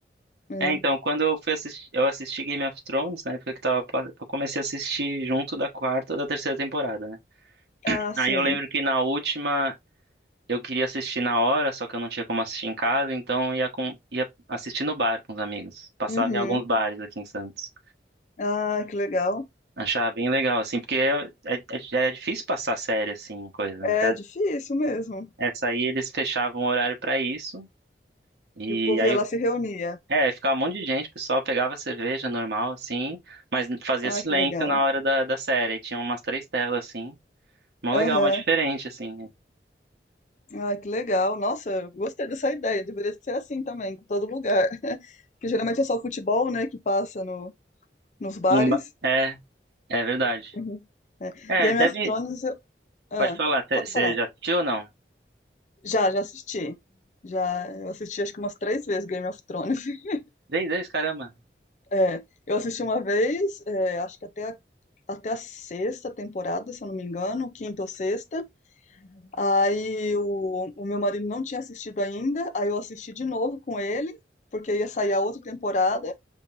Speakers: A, on the left; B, on the right.
A: Hum.
B: É, então, quando eu fui assistir, eu assisti Game of Thrones, na época que tava, pa- eu comecei a assistir junto da quarta ou da terceira temporada, né?
A: Ah, sim.
B: Aí eu lembro que na última eu queria assistir na hora, só que eu não tinha como assistir em casa, então ia, com, ia assistir no bar com os amigos. Passava
A: Uhum.
B: em alguns bares aqui em Santos.
A: Ah, que legal.
B: Achava bem legal, assim, porque é, é, é- é difícil passar série, assim, coisa.
A: É
B: né? Então,
A: difícil mesmo.
B: essa aí eles fechavam o horário pra isso. E
A: E o povo
B: aí,
A: ia
B: eu-
A: lá se reunia.
B: é, ficava um monte de gente, o pessoal pegava cerveja normal, assim, mas fazia
A: Ah,
B: silêncio
A: que legal.
B: na hora da, da série. E tinha umas três telas, assim. Mó
A: Aham.
B: legal, mó diferente, assim.
A: Ai, que legal. Nossa, eu gostei dessa ideia. Deveria ser assim também, em todo lugar. <laughs> Porque geralmente é só futebol, né, que passa no, nos bares.
B: Emba- É, é verdade.
A: Uhum. É.
B: É,
A: Game
B: deve.
A: of Thrones, eu- ah,
B: Pode falar, te-
A: pode
B: você
A: falar.
B: já assistiu ou não?
A: Já, já assisti. Já, eu assisti acho que umas três vezes Game of Thrones. <laughs>
B: Três vezes, caramba.
A: É, eu assisti uma vez, é, acho que até a, até a sexta temporada, se eu não me engano, quinta ou sexta. Aí o, o meu marido não tinha assistido ainda, aí eu assisti de novo com ele, porque ia sair a outra temporada.